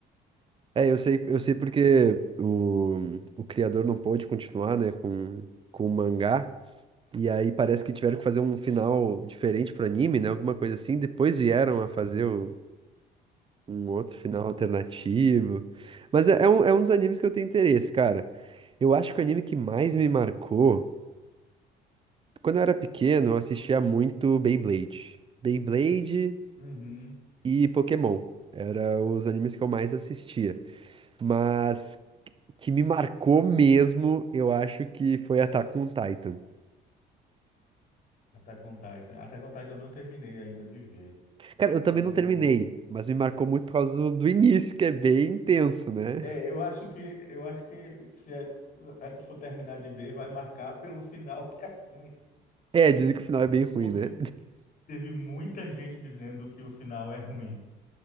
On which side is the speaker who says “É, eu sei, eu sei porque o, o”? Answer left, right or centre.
Right